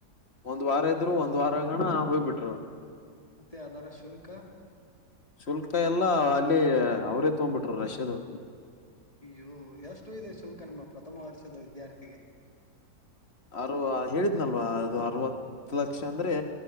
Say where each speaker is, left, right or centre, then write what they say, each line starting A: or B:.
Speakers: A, on the left; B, on the left.
A: ಒಂದ್ ವಾರ ಇದ್ರು, ಒಂದ್ ವಾರಗಣ ಹೋಗ್ಬಿಟ್ರು.
B: ಮತ್ತೆ ಅದರ ಶುಲ್ಕ.
A: ಶುಲ್ಕ ಎಲ್ಲಾ ಅಲ್ಲಿ ಅವ್ರೇ ತಗೊಂಬ್ಬಿಟ್ರು ರಷ್ಯದವ್ರು.
B: ಅಯ್ಯೋ ಎಷ್ಟು ಇದೆ ಶುಲ್ಕ ನಿಮ್ಮ ಪ್ರಥಮ ವರ್ಷದ ವಿದ್ಯಾರ್ಥಿಗೆ.
A: ಅರು ಹೇಳಿದ್ನಲ್ವಾ ಅದು ಅರ್ವತ್ತ್ ಲಕ್ಷ ಅಂದ್ರೆ